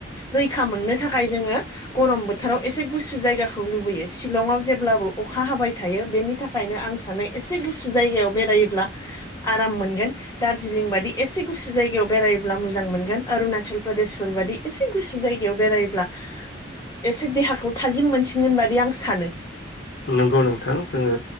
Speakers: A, on the left; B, on the left.
A: रैखा मोननो थाखाय जोङो गरम बो थोराव एसे गुसु जायगाखौ लुबैयो शिलंआव जेब्लाबो अखा हाबाय थायो बेनि थाखायनो आं सानो। एसे गुसु जायगायाव बेरायोब्ला आराम मोनगोन दार्जिलिं बादि एसे गुसु जायगायाव बेरायायोब्ला मोजां मोनगोन अरुणाचल प्रदेशफोर बादि एसे गु जायगायाव बेरायोब्ला एसे देहाखौ थाजिम मोनसिनगोन बादि आं सानो।
B: नंगौ नोंथां जोंङो